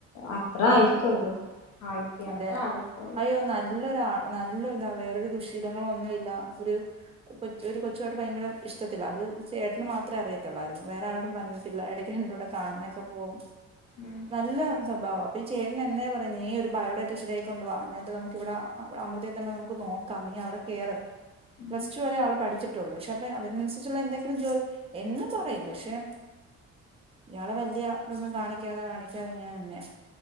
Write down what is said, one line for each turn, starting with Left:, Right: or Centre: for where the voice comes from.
Left: അത്ര
Right: അങ്ങനെ
Left: ആയസൊള്ളൂ ആൾക്ക്
Right: അതെ
Left: അത്ര ആയസൊള്ളൂ
Right: അയ്യോ നല്ലൊരാ നല്ല ഇതാ വേറൊരു ദുശീലങ്ങള ഒന്നുല്ല ഒരു കൊ ഒരു കൊച്ചു ആയിട്ട് ഭയങ്കര ഇഷ്ടത്തില അത് ചേട്ടന് മാത്രമേ അറിയത്തുള്ളായിരുന്നു വേറെ ആരോടും പറഞ്ഞിട്ടില്ല ഇടയ്ക്ക്‌ രണ്ടൂടെ കാണാനൊക്കെ പോകും
Left: ഉം
Right: നല്ല സ്വഭാവ അപ്പൊ ഈ ചേട്ടന് എന്നേ പറയും നീ ഒരു ബയോഡാറ്റ ശെരിയാക്കി കൊണ്ട് വാ എന്നട്ട് നമുക്ക് ഇവിടെ അമൃതയിൽ തന്നെ നമുക്ക് നോക്കാം നീ അവിടെ കേറ്
Left: ഉം
Right: പ്ലസ് ടു വരെ ആള് പഠിച്ചിട്ട ട്ടുള്ളൂ പക്ഷെ അപ്പ അതിനനുസരിച്ചുള്ള എന്തെങ്കിലും ജോൽ എന്ന് പറയും പക്ഷെ ഇയാളെ വല്യ ഇതൊന്നും കാണിക്കാതെ കാണിക്കാതെ ഇങ്ങനെ നിന്നെയ